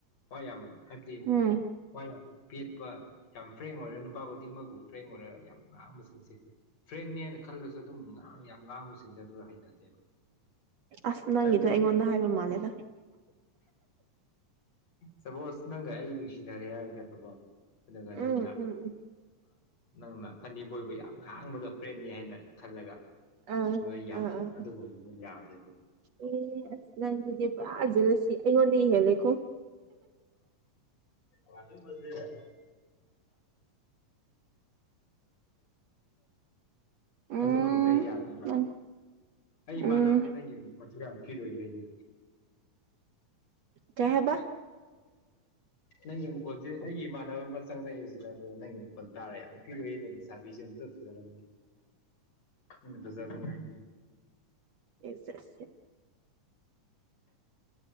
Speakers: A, on the left (about 50°); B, on the right (about 60°).
A: ꯋꯥ ꯌꯥꯝ ꯍꯥꯏꯕꯗꯤ
B: ꯎꯝ
A: ꯋꯥ ꯌꯥꯝ ꯄꯦꯠꯄ ꯌꯥꯝ ꯐ꯭ꯔꯦꯡ ꯑꯣꯏꯔ ꯅꯨꯄꯥ ꯈꯨꯗꯤꯡꯃꯛꯄꯨ ꯐ꯭ꯔꯦꯡ ꯑꯣꯏꯔ ꯌꯥꯝ ꯉꯥꯡꯕꯁꯤꯡꯁꯦ ꯐ꯭ꯔꯦꯦ ꯍꯥꯏꯅ ꯈꯜꯂꯁꯨ ꯑꯗꯨꯝ ꯌꯥꯝ ꯉꯥꯡꯕꯁꯤꯡꯁꯦ ꯑꯗꯨ ꯍꯩꯅꯗꯦꯕ
B: ꯑꯁ ꯅꯪꯒꯤꯗꯣ
A: ꯍꯥꯏꯕꯗꯤ
B: ꯑꯩꯉꯣꯟꯗ ꯍꯥꯏꯕ ꯃꯥꯜꯂꯦꯗ
A: ꯁꯄꯣꯁ ꯅꯪꯒ ꯑꯩ ꯅꯨꯡꯁꯤꯅꯔꯦ ꯍꯥꯏꯔꯁꯦꯕꯀꯣ ꯑꯗꯨꯒ ꯅꯪꯅ
B: ꯎꯝ ꯎꯝ ꯎꯝ
A: ꯅꯪꯅ ꯐꯅꯤꯕꯣꯏꯕꯨ ꯌꯥꯝ ꯉꯥꯡꯕꯗꯣ ꯐ꯭ꯔꯦꯟꯅꯤ ꯍꯥꯏꯅ ꯈꯜꯂꯒ
B: ꯑꯥ
A: ꯂꯣꯏ ꯌꯥꯗꯦ
B: ꯑꯥ ꯑꯥ
A: ꯑꯗꯨꯒꯨꯝꯕ ꯌꯥꯗꯦꯕ
B: ꯑꯦ ꯑꯁ ꯅꯪꯁꯤꯗꯤ ꯄꯨꯔꯥ ꯜꯂꯁꯤ ꯑꯩꯉꯣꯟꯗꯒꯤ ꯍꯦꯜꯂꯦꯀꯣ
A: ꯋꯥꯗ ꯃꯖꯦꯤꯁ
B: ꯎꯝ
A: ꯑꯗꯨꯒꯨꯝꯗ ꯌꯥꯗꯕ
B: ꯅꯪ
A: ꯑꯩ ꯏꯃꯥꯟꯅꯕꯗꯨ
B: ꯎꯝ
A: ꯅꯪꯒꯤ ꯃꯈꯠꯁꯨ ꯌꯥꯝ ꯀꯤꯔꯣꯏꯏ ꯑꯩꯅꯤ
B: ꯀ ꯍꯕ
A: ꯅꯪꯒꯤ ꯃꯈꯣꯜꯁꯦ ꯑꯩꯒꯤ ꯏꯃꯥꯟꯅꯕ ꯑꯃ ꯆꯪꯂꯛꯑꯦ ꯁꯤꯗ ꯑꯣ ꯅꯪꯒꯤ ꯃꯈꯣꯜ ꯇꯥꯔꯛꯑꯦ ꯤꯅꯦ ꯄꯩꯁꯥꯕꯤꯁꯦ ꯐꯖꯔ ꯐꯖꯔ
B: ꯑꯦ ꯁꯠ